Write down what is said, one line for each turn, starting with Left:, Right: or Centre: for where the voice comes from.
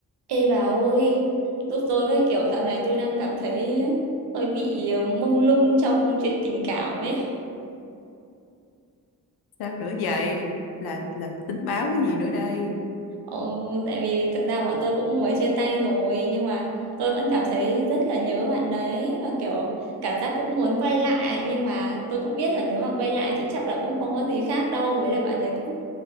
Right: Ê bà ơi, giúp tôi với kiểu dạo này tôi đang cảm thấy hơi bị ờ, mông lung trong chuyện tình cảm ấy.
Left: sao nữa vậy là là tính báo cái gì nữa đây
Right: Ồ, tại vì thực ra bọn tôi cũng mới chia tay rồi nhưng mà tôi vẫn cảm thấy rất là nhớ bạn đấy và kiểu cảm giác cũng muốn quay lại nhưng mà tôi cũng biết là nếu mà quay lại thì chắc là cũng không có gì khác đâu với lại bạn đấy cũng